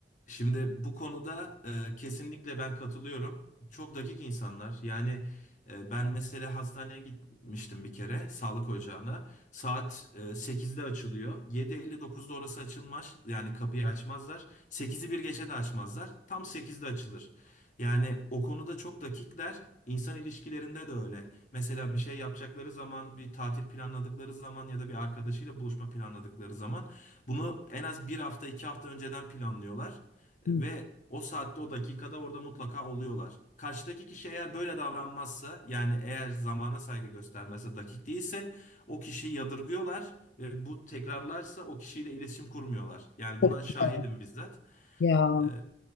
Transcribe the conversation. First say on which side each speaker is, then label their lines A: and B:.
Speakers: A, on the left; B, on the left.
A: şimdi bu konuda e, kesinlikle ben katılıyorum. Çok dakik insanlar. Yani e, ben mesela hastaneye gitmiştim bir kere sağlık ocağına. Saat e, 8'de açılıyor. yedi elli dokuzda orası açılmaz. Yani kapıyı açmazlar. Sekizi bir geçe de açmazlar. Tam sekizde açılır. Yani o konuda çok dakikler. İnsan ilişkilerinde de öyle. Mesela bir şey yapacakları zaman, bir tatil planladıkları zaman ya da bir arkadaşıyla buluşma planladıkları zaman bunu en az bir hafta iki hafta önceden planlıyorlar E,
B: Hı,
A: ve o saatte o dakikada orada mutlaka oluyorlar. Karşıdaki kişi eğer böyle davranmazsa yani eğer zamana saygı göstermezse dakik değilse o kişiyi yadırgıyorlar ve bu tekrarlarsa o kişiyle iletişim kurmuyorlar. Yani
B: Çok
A: buna şahidim
B: güzel.
A: bizzat.
B: Ya
A: E,